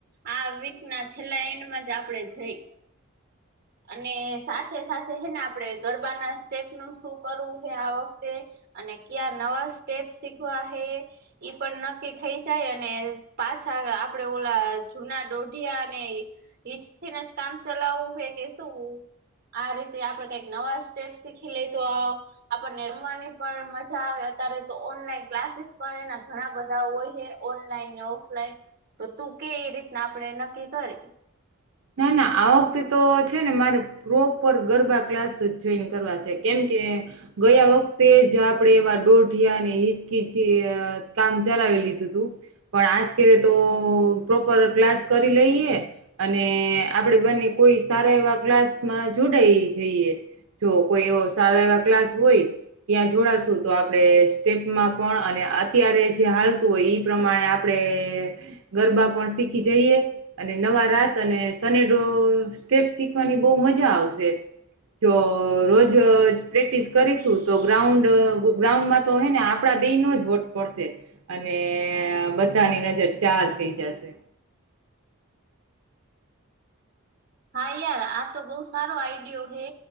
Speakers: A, on the right; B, on the right.
A: આ વીક ના છેલ્લા એન્ડમાં જ આપણેે જઈ. અને સાથે સાથે છેને, આપડણે ગરબાના સ્ટેપનુંું શું કરવું, હે આ વખતે અને ક્યાં નવા સ્ટેપ શીખવા હે, ઈ પણ નક્કી થઈ જાય, અને પા પાછા, આપડે ઓલા જુના દોઢિયા અને ઈજ, ને જ કામ ચલાવવું હોય કેસ. આ રીતે આપડે કઈક નવા સ્ટેપ શીખી લઈ, તો આપણને રમવાની પણ મજા આવે યારે, તો ઓનલાઈન ક્લાસીસ પણ એના ઘણા બધા હોય છે, ઓનલાઈન ને ઓફલાઈન તો તું કેવી રીતના, આપણે નક્કી કરી
B: ના ના આ વખતે તો છેને, મારે પ્રોપર ગરબા ક્લાસ જ જોઈન કરવા છે, કેમ ગયા, વખતે જ આપણેે એવા ડોઢિયા ને હિચકીચ, કામ ચલા તો પ્રોપર ક્લાસ કરી લઈ અને આપડે બંને કોઈ સારા એવા ક્લાસમાં જોડાઈ જઈએ જો કોઈ એવો સારા એવા ક્લાસ હોય ત્યાં જોડાશું તો આપણે સ્ટેપમાં પણ અને અત્યારે હાતું હોય પ્રમાણે આપણે ગરબા પણ શીખી જઈએ અને નવા રાસ અને સનેડો સ્ટેપ શીખવાની બહુ મજા આવશે જો રોજ પ્રેક્ટિસ કરીશું તો ગ્રાઉન્ડ ગ્રાઉન્ડમાં તો હ ને આપડા બે નો જ વટ પડશે અને બધાની નજર ચાર થઈ જશે
A: હા યાર આ તો બહુ સારો આઈડિયો હે